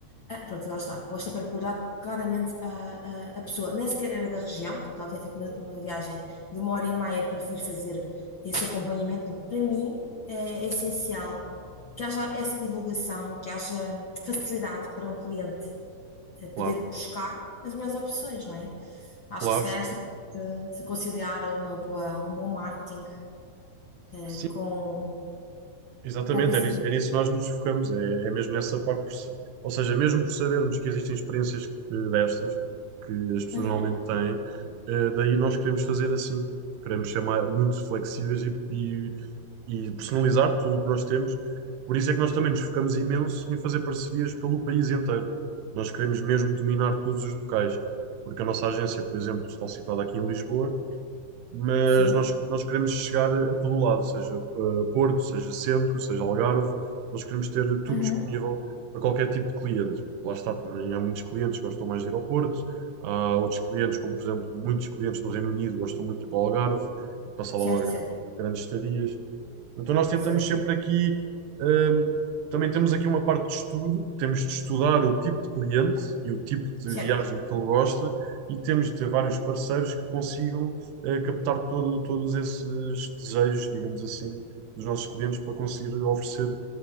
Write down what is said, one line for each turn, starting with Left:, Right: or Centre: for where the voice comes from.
Left: Ah, pronto, lá está. Com esta particularidade, claramente a, a, a pessoa nem sequer era da região, portanto, ela tinha feito uma, uma viagem de uma hora e meia. Prefiro fazer esse acompanhamento. Para mim, é, é essencial que haja essa divulgação, que haja facilidade para um cliente eh, poder
Right: claro,
Left: buscar as melhores opções, não é? Acho
Right: claro.
Left: que se calhar esta parte de conciliar uma boa, um bom marketing eh,
Right: Sim,
Left: com,
Right: exatamente,
Left: com conhecimento.
Right: é nisso, é nisso que nós nos focamos, é, é mesmo nessa parte, por se- ou seja, mesmo por sabermos que existem experiências eh, destas, que as pessoas
Left: Uhum.
Right: normalmente têm, eh, daí nós queremos fazer assim, queremos ser mais, muito flexíveis e, e- e personalizar tudo o que nós temos, por isso é que nós também nos focamos imenso em fazer parcerias pelo país inteiro, nós queremos mesmo dominar todos os locais, porque a nossa agência, por exemplo, está situada aqui em Lisboa, mas
Left: Sim,
Right: nós, nós queremos chegar a todo o lado, seja eh, Porto, seja Centro, seja Algarve, nós queremos ter tudo
Left: Uhum.
Right: disponível para qualquer tipo de cliente. Lá está, também há muitos clientes que gostam mais de ir ao Porto, há outros clientes, como por exemplo, muitos clientes do Reino Unido gostam muito de ir para o Algarve e de passar
Left: Certo,
Right: lá uma grande,
Left: certo,
Right: grandes estadias. Então nós tentamos
Left: certo,
Right: sempre aqui, hum, também temos aqui uma parte de estudo, temos de estudar o tipo de cliente e o tipo de
Left: certo.
Right: viagem que ele gosta e temos de ter vários parceiros que consigam eh, captar todo- todos esses desejos, digamos assim, dos nossos clientes para conseguir oferecer